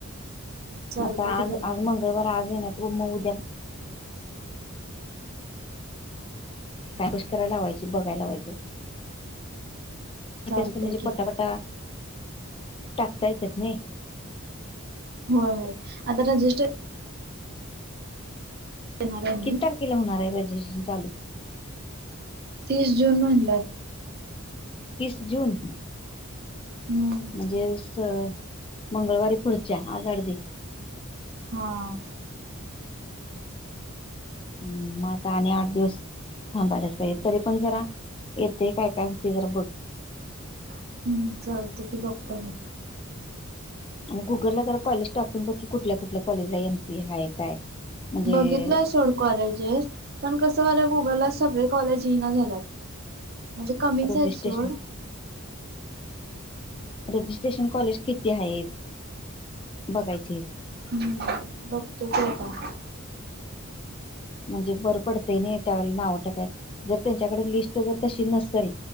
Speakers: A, on the right; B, on the left.
A: चालते
B: मता
A: की
B: आज
A: बघा
B: आज
A: मग
B: मंगळवाराय आज येण्या अ म उद्या काय कुश कराय लावायची, बघाय लावायचं. इते
A: चालतय
B: असले म्हणजे
A: की
B: पटापटा टाकता येत्यात नाही.
A: होय होय, आता रजिस्टर देणार आहे मी
B: किती तारखेला होणार आय रजिशन चालू?
A: तीस जून म्हणल्यात.
B: तीस जून.
A: हम्म
B: म्हणजे अस मंगळवारी पुढच्या, आज अडदी.
A: हां
B: हम्, म आता आणि आठ दिवस थांबायलाच पाईये. तरी पण जरा येते काय काय होते जरा बघ.
A: हम्म चालते की बघतो की.
B: आणि गुगलला जरा कॉलेज टाकून बघ की, कुठल्या कुठल्या कॉलेजला एम सी ए हाय काय? म्हणजे
A: बघितलंय सोड कॉलेजेस. पण कस झालय गुगलला सगळी कॉलेज येईना झाल्यात. म्हजे कमीच
B: रजिस्ट्रेशन
A: हाईत सोड.
B: रजिस्ट्रेशन कॉलेज किती हायेत. बघायचे.
A: हम्म. बघतो की आता.
B: म्हणजे बरं पडतंय नई त्यावेळेला नाव टाकाय जर त्यांच्याकड लिस्ट जर तशी नसल